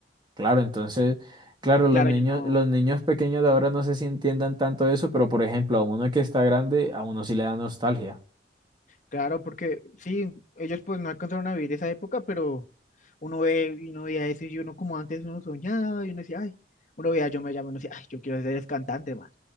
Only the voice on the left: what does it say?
Claro,
yo no.
Claro, porque sí, ellos pues no alcanzaron a vivir esa época, pero uno ve y uno veía eso y uno como antes uno soñaba y uno decía, ay, uno veía, yo me llamo y uno decía, ay, yo quiero ser es cantante, man.